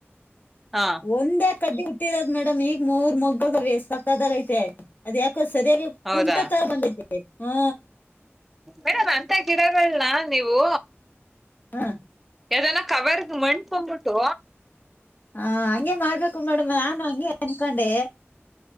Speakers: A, in the centre; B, on the left (about 40°).
A: ಹಾ
B: ಒಂದೇ. ಕಡ್ಡಿ ಹಟ್ಟಿರೋದು ಮೇಡಮ್ ಈಗ ಮೂರ್ ಮೊಾಗ ತಕ್ಕದಾಗ ಐತೆ ಅದ ಯಾಕೆ. ಸರಿಯಾಗಿ
A: ಹೌದಾ
B: ಕುಂಟ ತರ ಬಂದಿದೆ ಹ್ಮ.
A: ಮೇಡಮ್ ಅಂತ ಗಿಡಗಳನ್ನ ನೀವು.
B: ಹ್ಮ.
A: ಅದೆಲ್ಲ ಕವರ್ಗ ಮಣ್ಕೊೊಂಡ್ಬಿಟ್ಟು.
B: ಹಾ ಆಯ್. ಹಂಗೆ ಮಾಡ್ಬೇಕು ಮೇಡಮ್ ನಾನ್ ಹಂಗೆ. ಎನಕಂಡೇ.